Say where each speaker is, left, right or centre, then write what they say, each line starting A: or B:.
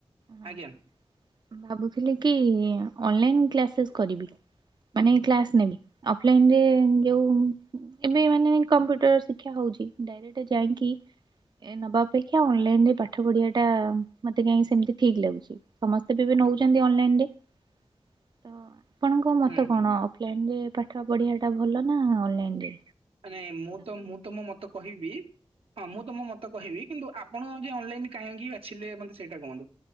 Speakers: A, on the right; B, on the right.
A: ହଁ
B: ଆଜ୍ଞା
A: ଭାବୁଥୁଲି କି ଅନଲାଇନ୍ କ୍ଲାସେସ୍ କରିବି। ମାନେ କ୍ଲାସ ନେବି ଅଫଲାଇନରେ ଯୋଉ ଏବେ ମାନେ କମ୍ପ୍ୟୁଟର ଶିକ୍ଷା ହୋଉଚି ଡାଇରେକ୍ଟ ଯାଇଁକି ଏ ନବା ଅପେକ୍ଷା ଅନଲାଇନରେ ପାଠ ପଢିବାଟା ମତେ କାହିଁକି ସେମତି ଠିକ ଲାଗୁଚି ସମସ୍ତେ ବି ଏବେ ନୋଉଚନ୍ତି ଅନଲାଇନରେ ତ ଆପଣଙ୍କ
B: ହୁଁ
A: ମତ କଣ
B: ହୁଁ।
A: ଅଫଲାଇନରେ ପାଠ ପଢିବାଟା ଭଲ ନା ଅନଲାଇନରେ?
B: ମାନେ ମୁଁ ତ ମୁଁ ତ ମୋ ମତେ କହିବି ହଁ ମୁଁ ତ ମୋ ମତ କହିବି କିନ୍ତୁ ଆପଣ ଯେ ଅନଲାଇନ କାହିଁକି ବାଛିଲେ ମତେ ସେଇଟା କୁହନ୍ତୁ?